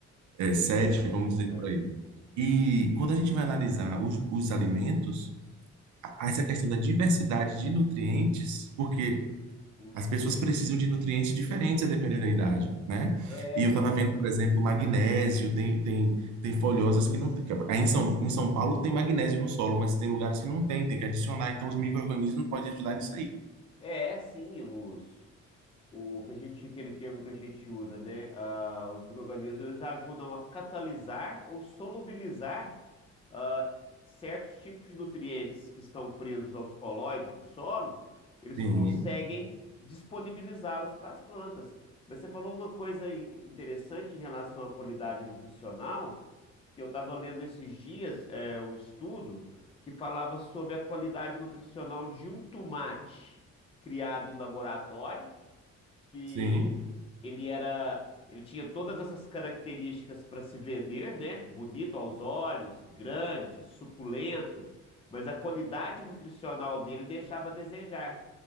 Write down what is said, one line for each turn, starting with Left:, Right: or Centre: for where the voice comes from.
Right: eh, 7,
Left: Certo,
Right: vamos dizer
Left: certo.
Right: por aí. E quando a gente vai analisar os, os alimentos, a- essa questão da diversidade de nutrientes, porque
Left: Uhum.
Right: as pessoas precisam de nutrientes diferentes a depender da idade, né?
Left: É,
Right: E eu estava vendo, por exemplo, magnésio, tem, tem, tem folhosas que não tem. que- Aí em São, em São Paulo tem magnésio no solo, mas tem lugares que não tem, tem que adicionar. Então os micro-organismos podem ajudar nisso aí.
Left: é, sim, os, O que a gente, aquele termo que a gente usa, né? Ah, os micro-organismos eles ajudam a catalisar ou solubilizar ah, certos tipos de nutrientes que estão presos aos colóides do solo, eles
Right: Sim,
Left: conseguem disponibilizá-los para as plantas. Mas você falou uma coisa in- interessante em relação à qualidade nutricional, que eu estava lendo esses dias, é, um estudo que falava sobre a qualidade nutricional de um tomate criado em laboratório, que
Right: sim,
Left: ele era, ele tinha todas essas características para se vender, né? Bonito aos olhos, grande, suculento, mas a qualidade nutricional dele deixava a desejar.